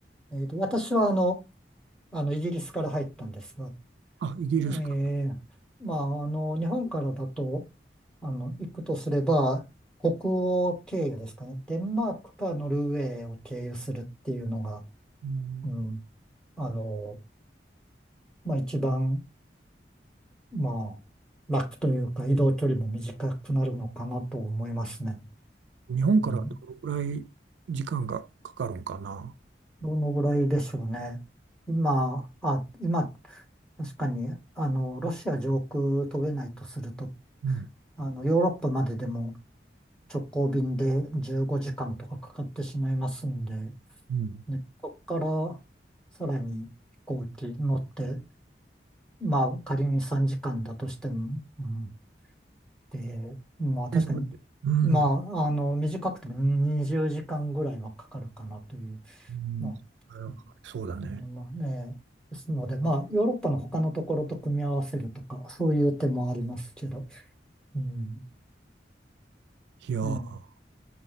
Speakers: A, in the centre; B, on the right (about 80°).
A: えっと、私はあの、あの、イギリスから入ったんですが、
B: あ、イギリスかな。
A: えーまあ、あの、日本からだと、あの、行くとすれば、北欧経由ですかね。デンマークかノルウェーを経由するっていうのが、
B: うん、
A: うん、あの、まあ、一番、まあ、楽というか、移動距離も短くなるのかなと思いますね。
B: 日本からどのぐらい時間がかかるんかな。
A: うんどのぐらいでしょうね。今、あ、今、確かに、あの、ロシア上空飛べないとすると、
B: うん、
A: あの、ヨーロッパまででも直行便で15時間とかかかってしまいますんで、
B: うん。
A: ね、そこからさらに飛行機乗って、まあ、仮に3時間だとしても、うん、で、まあ、確かに、
B: 全部でうん、
A: まあ、あの、短くても20時間ぐらいはかかるかなという
B: うん、
A: まあ、うん
B: そうだね。
A: うんまあね、ですので、まあ、ヨーロッパの他のところと組み合わせるとか、そういう手もありますけど、うん、
B: いやー
A: ね、